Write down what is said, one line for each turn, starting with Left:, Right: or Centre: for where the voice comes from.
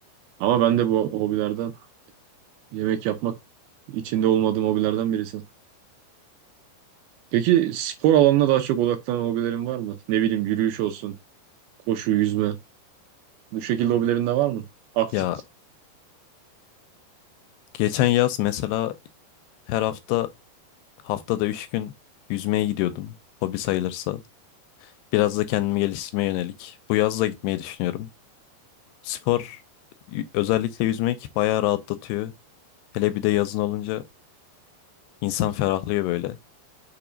Right: Ama ben de bu hobilerden Yemek yapmak içinde olmadığım hobilerden birisi. Peki spor alanına daha çok odaklanan hobilerin var mı? Ne bileyim yürüyüş olsun, koşu, yüzme. Bu şekilde hobilerin de var mı? Aktif
Left: Ya geçen yaz mesela her hafta haftada 3 gün yüzmeye gidiyordum. Hobi sayılırsa. Biraz da kendimi geliştirmeye yönelik. Bu yaz da gitmeyi düşünüyorum. Spor y- özellikle yüzmek bayağı rahatlatıyor. Hele bir de yazın olunca insan ferahlıyor böyle.